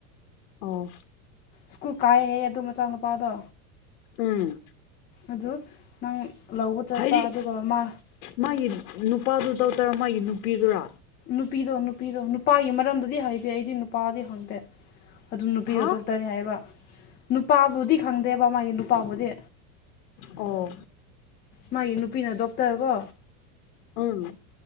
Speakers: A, on the left; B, on the left.
A: ꯑꯣ
B: ꯁ꯭ꯀꯨꯜ ꯀꯥꯏꯍꯦ ꯑꯗꯣ ꯃꯆꯥꯅꯨꯄꯥꯗꯣ
A: ꯎꯝ
B: ꯑꯗꯨ ꯅꯪ ꯂꯧꯕ ꯆꯠꯄ
A: ꯍꯥꯏꯗꯤ
B: ꯑꯗꯨꯒ ꯃꯥ
A: ꯃꯥꯒꯤ ꯅꯨꯄꯥꯗꯨ ꯇꯧꯇꯔꯣ ꯃꯥꯒꯤ ꯅꯨꯄꯤꯗꯨꯔꯥ
B: ꯅꯨꯄꯤꯗꯣ ꯅꯨꯄꯤꯗꯣ ꯅꯨꯄꯥꯒꯤ ꯃꯔꯝꯗꯗꯤ ꯍꯥꯏꯗꯦ ꯑꯩꯗꯤ ꯅꯨꯄꯥꯗꯤ ꯈꯪꯗꯦ ꯑꯗꯨ ꯅꯨꯄꯤꯗꯣ
A: ꯍꯥ
B: ꯗꯣꯛꯇꯔꯅꯤ ꯍꯥꯏꯕ ꯅꯨꯄꯥꯕꯨꯗꯤ ꯈꯪꯗꯦꯕ ꯃꯥꯒꯤ ꯅꯨꯄꯥꯕꯨꯗꯤ
A: ꯑꯣ
B: ꯃꯥꯒꯤ ꯅꯨꯄꯤꯅ ꯗꯣꯛꯇꯔ ꯀꯣ
A: ꯎꯝ